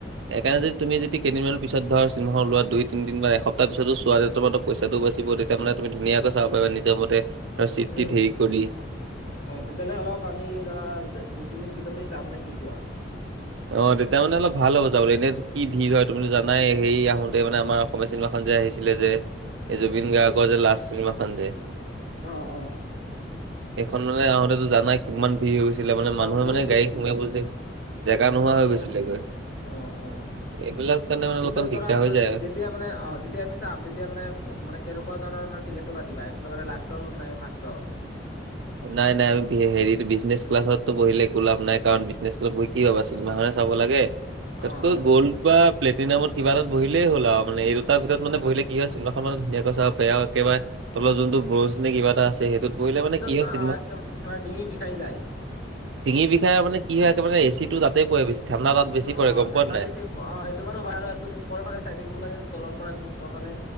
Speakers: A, on the right (about 80°); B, on the left (about 50°).
A: একাৰণে যদি তুমি যদি কেইদিনমানৰ পিছত ধৰ চিনেমাখন উলোৱা দুই, তিনি বা এসপ্তাহ পিছতো চোৱা <unintelligible> পইচাটো বাচিব তেতিয়া মানে তুমি ধুনীয়াকে চাব পাৰিবা নিজৰ মতে ধৰা চিত-
B: উম
A: টিত হেৰি কৰি।
B: অ, তেতিয়াহ'লে অলপ আমি ধৰা দুই, তিনিদিন পিছতে চাম নে কি কোৱা?
A: অ, তেতিয়া মানে অলপ ভাল হ'ব যাবলে এনে কি ভিৰ হয় তুমিটো জানায় হেই আহোতে মানে আমাৰ অসমীয়া চিনেমাখন যে আহিছিলে যে এ জুবিন গাৰ্গৰ যে লাষ্ট চিনেমাখন যে
B: অ', অ',
A: এইখন মানে আহোতেতো জানাই কিমান ভিৰ হৈ গৈছিলে মানে মানুহে
B: অ বহুত
A: মানে
B: ভিৰ
A: গাড়ী
B: হৈছিলে
A: সোমিয়া বলেজে যে জেগা
B: অ,
A: নোহোৱা হৈ
B: জাগা
A: গৈছিলেগৈ।
B: নাছিলে অ', অ',
A: এইবিলাক কাৰণে মানে
B: পিছত
A: অলপমান দিগদাৰ
B: ধৰা <unintelligible>
A: হৈ যায় আৰু।
B: এতিয়া মানে অ, যেতিয়া আমি চাম তেতিয়া মানে- মানে কেনেকুৱা ধৰণৰ মানে টিকেট টো কাটিবা একেবাৰে লাষ্টৰ নাই ফাৰ্ষ্টৰ?
A: নাই -নাই আৰু হেৰিটো বিজনেচ ক্লাছততো বহিলে একো লাভ নাই কাৰণ বিজনেছ ক্লা <unintelligible> কি ভাবা চিনেমাখনে চাব লাগে তাতকৈ
B: অ অ
A: গ'ল্ড বা প্লেটিনামত কিবা এটাত বহিলেই হ'ল আও মানে এই দুটা ভিতৰত মানে বহিলে কি হয় চিনেমাখন মান ধুনিয়াকৈ চাব পাৰে আৰু একেবাৰ তলৰ যোনটো ব্ৰঞ্জ নে কিবা ‌এটা আছে সেই টোত বহিলে মানে কি হয়
B: না
A: চিনেমা
B: একে মানে ডিঙি বিষাই যায়।
A: ডিঙি বিষাই মানে কি হয় একে মানে এ চি টো তাতে পৰে বেছি ঠাণ্ডা তাত বেছি
B: অ,
A: পৰে গম পোৱা
B: ঠাণ্ডা
A: নে নাই?
B: বেছি অ, সেইটো বাৰু হয় আৰু একদম ওপৰ ফালে চাই থাকিব লাগে তলৰ পৰা একদম ওপৰ ফালে।